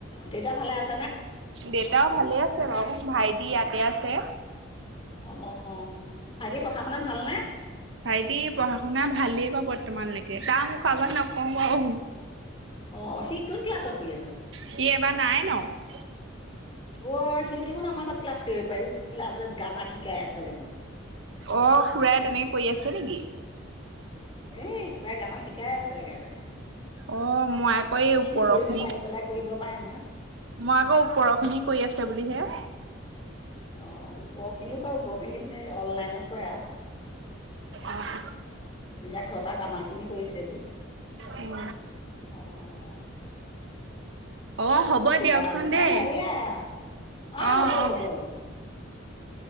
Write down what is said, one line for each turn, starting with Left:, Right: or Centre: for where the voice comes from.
Left: দেউতা ভালে আছে?
Right: দেউতাও ভালে আছে বাৰু ভাইটি ইয়াতে আছে।
Left: অ অ অ, ভাইটি পঢ়া শুনাত ভালনে?
Right: ভাইটি পঢ়া শুনা ভালেই বাৰু বৰ্তমানলৈকে তাৰ মুখৰ আগত নকওঁ বাৰু।
Left: অ সি কোন ক্লাছত পঢ়ি আছে?
Right: সি এবাৰ নাইনত।
Left: অ সি দেখোন আমাৰ ঘৰত ক্লাছ কৰিব পাৰিব ক্লাছত গামাৰ শিকাই আছে দেখোন।
Right: অ খুৰাই তেনেকে কৰি আছে নেকি?
Left: এ খুৰাই গামাৰ শিকাই আছে একেবাৰে,
Right: অ মই আকৌ এই ওপৰৰ
Left: সিও পঢ়িবলে
Right: খিনিক
Left: আহিব পেলাই কৰিব পাৰে নহয়।
Right: মই আকৌ ওপৰ খিনি কৰি আছে বুলিহে।
Left: অহ ওপৰ খিনিও কৰে ওপৰ খিনিক এই অনলাইনত কৰে আৰু।
Right: আহ।
Left: এতিয়া ঘৰত আও গৰ্মাৰ খিনি কৰিছে এইবোৰ।
Right: উম।
Left: অঁ
Right: অ হ'ব
Left: কি ক'বা
Right: দিয়কচোন
Left: উপায়
Right: দেই
Left: নাই এয়াই আৰু অঁ
Right: অ
Left: হ'ব
Right: অ।
Left: হ'ব হ'ব হ'ব অঁ